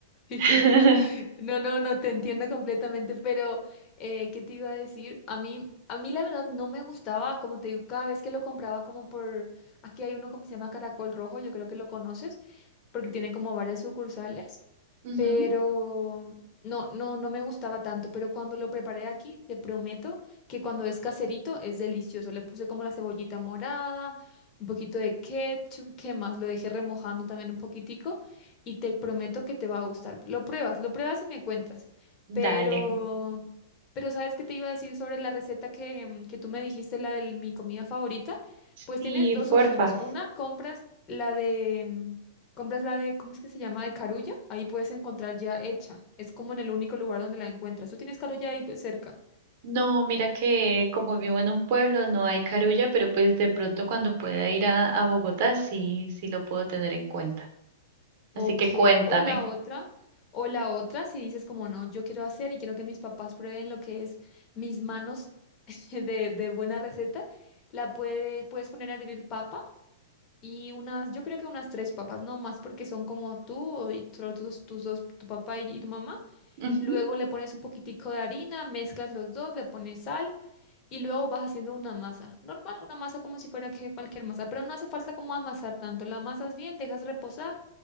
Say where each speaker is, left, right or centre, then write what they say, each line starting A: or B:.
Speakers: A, on the left; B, on the right.
A: <laughs>
B: <laughs>
A: No, no, no, te entiendo completamente, pero eh, ¿qué te iba a decir? A mí, a mí la verdad no me gustaba, como te digo, cada vez que lo compraba como por, aquí hay uno como se llama Caracol Rojo, yo creo que lo conoces, porque tiene como varias sucursales,
B: Ujú,
A: pero no, no, no me gustaba tanto, pero cuando lo preparé aquí, te prometo que cuando es caserito es delicioso. Le puse como la cebollita morada, un poquito de ketchup, ¿qué más? Lo dejé remojando también un poquitico y te prometo que te va a gustar. Lo pruebas, lo pruebas y me cuentas.
B: Dale.
A: Pero, pero ¿sabes qué te iba a decir sobre la receta que, mm, que tú me dijiste, la de mi comida favorita?
B: Sí,
A: Pues tienes dos
B: porfa.
A: opciones. Una, compras la de, mm, Compras la de, ¿cómo es que se llama? De Carulla. Ahí puedes encontrar ya hecha. Es como en el único lugar donde la encuentras. Tú tienes Carulla ahí pues, cerca.
B: No, mira que como vivo en un pueblo no hay carulla, pero pues de pronto cuando pueda ir a, a Bogotá sí, sí lo puedo tener en cuenta. Así
A: Ok,
B: que cuéntame.
A: o la otra, o la otra, si dices como no, yo quiero hacer y quiero que mis papás prueben lo que es mis manos <laughs> de, de buena receta, la puede, puedes poner a hervir papa y unas, yo creo que unas tres papas, no más porque son como tú o- y solo tus, tus dos, tu papá y, y tu mamá.
B: Ujú.
A: Luego le pones un poquitico de harina, mezclas los dos, le pones sal. Y luego vas haciendo una masa, normal, una masa como si fuera que cualquier masa, pero no hace falta como amasar tanto. La amasas bien, dejas reposar,